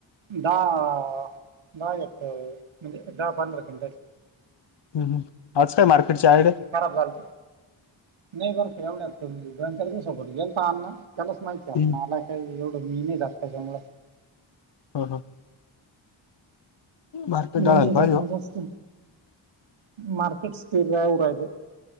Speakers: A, on the right (about 75°); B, on the left (about 60°).
A: दहा दहा य म्हणजे दहा पंधरा कंटात
B: ह आज काय मार्केटची आयडिया?
A: खराब झालत नाही बर एवढ्यात त दोन चार दिवसभर गेल तर आण्णा त्यालाच माहित. जास्त
B: हम्म
A: मला काय एवढं मी नाही जात त्याच्यामुळं.
B: हं हं. मार्केट
A: मी
B: डाळायला
A: नाही
B: पाहिजे
A: जात
B: हो
A: न जास्त. मार्केट स्थिर राहू राहील